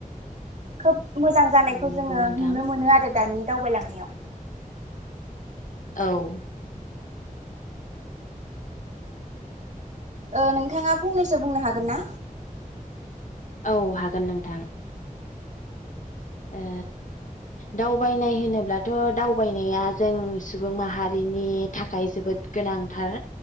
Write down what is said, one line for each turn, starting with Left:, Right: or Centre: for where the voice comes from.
Right: खोब मोजां जानायखौ
Left: औ नंगौ
Right: जोङो
Left: नोंथां
Right: नुनो मोनो आरो दानि दावबायलांनायाव
Left: औ
Right: ओ नोंथाङा फंनैसो बुंनो हागोन ना?
Left: औ हागोन नोंथां। ए दावबायनाय होनोब्लाथ' दावबायनाया जों सुबुं माहारिनि थाखाय जोबोद गोनांथार